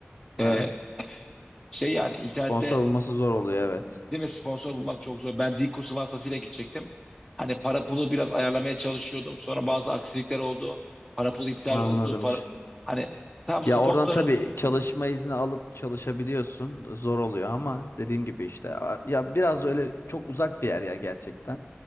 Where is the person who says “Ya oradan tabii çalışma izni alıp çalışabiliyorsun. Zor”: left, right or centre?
Left